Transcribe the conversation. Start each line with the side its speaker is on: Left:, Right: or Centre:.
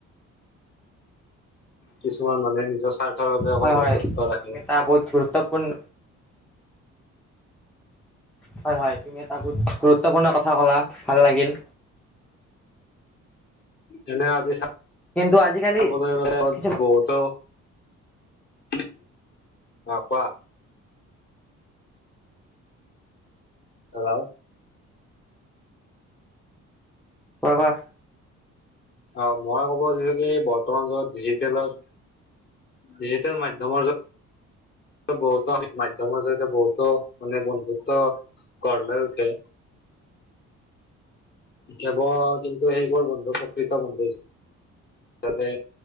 Left: কিছুমান মানুহে নিজৰ স্বাৰ্থৰ বাবে অকল
Centre: হয় হয়
Left: বন্ধুত্ব ৰাখে
Centre: তুমি এটা বহুত গুৰুত্বপূৰ্ণ হয়, হয় তুমি এটা বহুত গুৰুত্বপূৰ্ণ কথা ক'লা, ভাল লাগিল
Left: এনে আজি চা
Centre: কিন্তু আজিকালি
Left: আপ
Centre: কিছুমান
Left: বহুতও <unintelligible> অ কোৱা। হেল্ল'
Centre: কোৱা কোৱা।
Left: অ মই ক'ব যিক বৰ্তমান যত ডিজিটেলৰ ডিজিটেল মাধ্য়মৰ বহুতো মাধ্য়মৰ জৰিতে বহুতো মানে বন্ধুত্ব গঢ় লৈ উঠে। কেৱল কিন্তু সেইবোৰ বন্ধু প্ৰকৃত বন্ধু হিচা <inaudible> চাপে